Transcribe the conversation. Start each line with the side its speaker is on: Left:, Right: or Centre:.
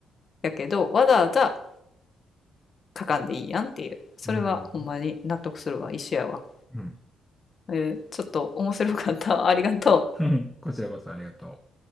Left: やけど、わざわざ書かんでいいやんっていう。それはほんまに納得するわ。
Centre: うん。
Left: 一緒やわ。
Centre: うん。
Left: えーちょっと面白かったありがとう。
Centre: <laughs> こちらこそありがとう。